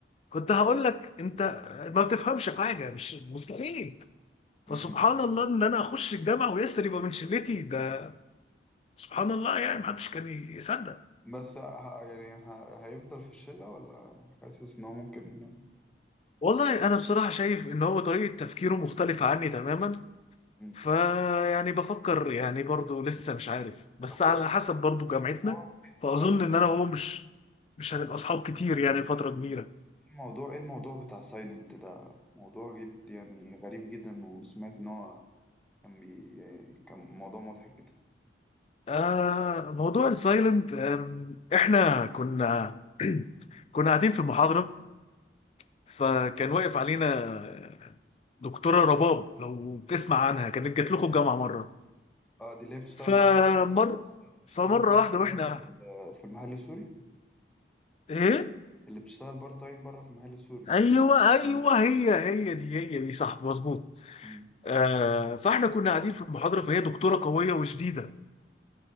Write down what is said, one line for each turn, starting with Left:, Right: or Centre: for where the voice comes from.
Left: كنت هقول لك انت ما بتفهمش حاجه مش مستحيل فسبحان
Centre: مم.
Left: الله ان انا اخش الجامعه وياسر يبقى من شلتي ده سبحان الله يعني ما حدش كان يصدق
Centre: بس ه... يعني ه... هيفضل في الشلة ولا حاسس انه ممكن
Left: والله انا بصراحه شايف ان هو طريقه تفكيره مختلفه عني تماما
Centre: مم.
Left: فيعني بفكر يعني برضو لسه مش عارف بس
Centre: طب
Left: على
Centre: وايه
Left: حسب برضو جامعتنا
Centre: الحوار ايه
Left: فاظن
Centre: الحوار ايه
Left: ان انا وهو مش مش هنبقى اصحاب كتير يعني فتره كبيره
Centre: الموضوع ايه الموضوع بتاع سايلنت ده موضوع جد يعني غريب جدا وسمعت ان هو كان بي... كان موضوع مضحك جدا
Left: آه موضوع السايلنت احنا كنا <clears throat> كنا قاعدين في المحاضره فكان واقف علينا دكتوره رباب لو تسمع عنها كانت جات لكم الجامعه مره
Centre: اه دي اللي هي بتشتغل
Left: فمر
Centre: بارت تايم بتشتغل
Left: فمره
Centre: بارت
Left: واحده
Centre: تايم
Left: واحنا
Centre: بره في ال... في المحل السوري
Left: ايه
Centre: اللي بتشتغل بارت تايم بره في المحل السوري
Left: ايوه ايوه هي هي دي هي دي صح مظبوط
Centre: مم.
Left: آه فاحنا كنا قاعدين في المحاضره فهي دكتوره قويه وشديده